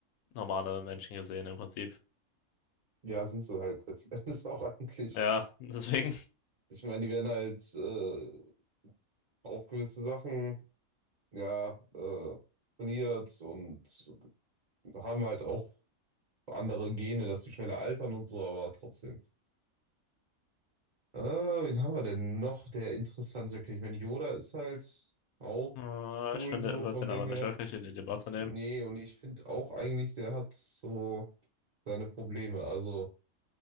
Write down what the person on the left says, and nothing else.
normale Menschen gesehen im Prinzip.
Ja, deswegen,
<laughs> äh,
ich finde,
er wird
den
aber
nicht wirklich in die Debatte nehmen.